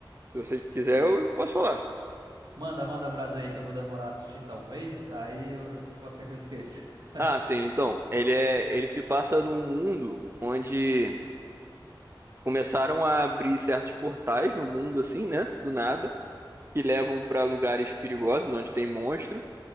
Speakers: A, on the right; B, on the right.
A: Se você quiser, eu posso falar.
B: Manda, manda brasa aí que eu vou demorar a assistir, talvez. Aí eu- pode ser que eu esqueça. <laughs>
A: Ah, sim, então, ele é, ele se passa num mundo onde começaram a abrir certos portais no mundo, assim, né? Do nada, que levam para lugares perigosos onde tem monstro.